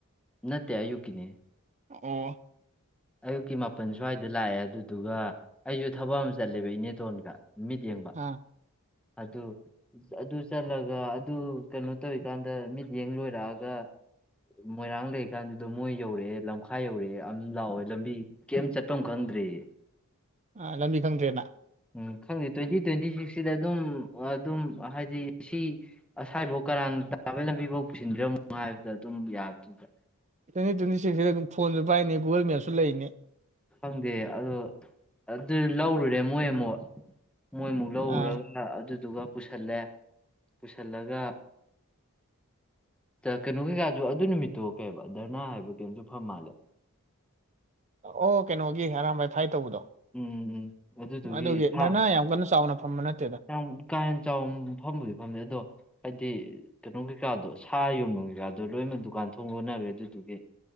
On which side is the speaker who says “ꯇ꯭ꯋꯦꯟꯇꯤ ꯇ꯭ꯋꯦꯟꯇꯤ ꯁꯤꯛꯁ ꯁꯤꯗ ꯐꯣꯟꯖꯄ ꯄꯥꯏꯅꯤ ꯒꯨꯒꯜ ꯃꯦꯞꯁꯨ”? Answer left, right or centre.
Right